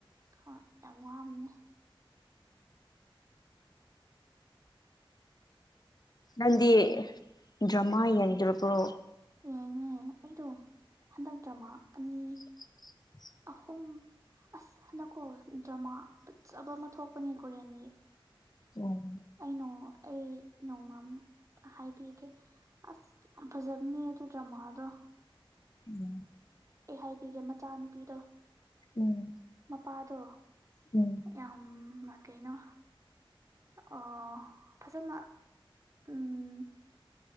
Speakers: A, on the right; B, on the left.
A: ꯍꯣꯏ ꯑꯃ ꯑꯝꯅꯤ
B: ꯅꯗꯤ ꯗ꯭ꯔꯃꯥ ꯌꯦꯡꯗ꯭ꯔꯣ ꯄꯨ꯭ꯔꯣ
A: ꯌꯦꯡꯉꯦ ꯑꯩꯗꯣ ꯍꯟꯗꯛꯇ꯭ꯔ ꯃꯥ ꯑꯅꯤ
B: <inaudible>
A: ꯑꯍꯨꯝ ꯑꯁ ꯅꯀꯣ ꯗ꯭ꯔꯃꯥ ꯐꯖꯕ ꯑꯃ ꯊꯣꯛꯄꯅꯦ ꯀꯣꯔꯤꯟꯒꯤ
B: ꯎꯝ
A: ꯑꯩꯩꯅ ꯑꯩ ꯅꯣꯡꯃ ꯍꯥꯏꯕꯤꯒꯦ ꯑꯁ ꯌꯥꯝ ꯐꯖꯕꯅꯦ ꯁꯨ ꯃꯥꯗ
B: ꯎ
A: ꯑꯩ ꯍꯥꯏꯕꯤꯒꯦ ꯃꯆꯥꯅꯨꯄꯤꯗꯣ
B: ꯎꯝ
A: ꯄꯥꯗꯣ
B: ꯎꯝ
A: ꯌꯥꯝ ꯀꯩꯅꯣ ꯑꯣ ꯐꯖꯅ ꯎꯝ